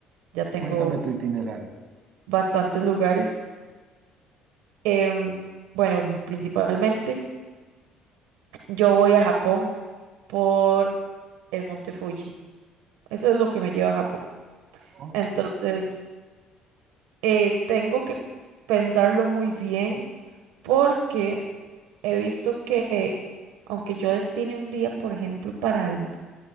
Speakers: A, on the right (about 80°); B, on the right (about 65°).
A: ya tengo
B: Cuéntame tu itinerario.
A: bastantes lugares. Em, bueno, principalmente yo voy a Japón por el Monte Fuji. Eso es lo que me lleva a Japón.
B: Ok.
A: Entonces, eh, tengo que pensarlo muy bien porque he visto que aunque yo destine un día, por ejemplo, para el,